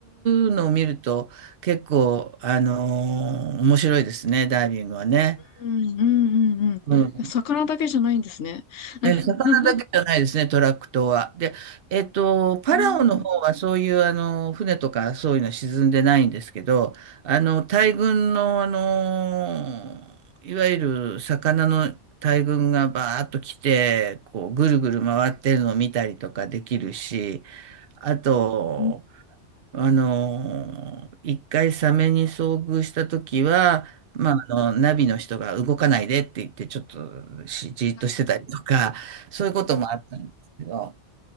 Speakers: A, on the right; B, on the left.
A: うのを見ると、結構、あの面白いですね、ダイビングはね。
B: うん、うん、うん、うん。いや魚だけじゃないんですね。
A: うん。
B: <laughs>
A: えー魚だけじゃないですね、トラック島は。で、えっと、パラオの方はそういうあの船とかそういうのは沈んでないんですけど、
B: うん、
A: あの大群の、あのいわゆる魚の大群がバーッと来て、こうぐるぐる回ってるのを見たりとかできるし、あと、
B: うん、うん
A: あのー一回サメに遭遇した時は、まあ、あの、ナビの人が動かないでって言って、ちょっとしじーっとしてたりとか、
B: はい。
A: そういうこともあったんですけど、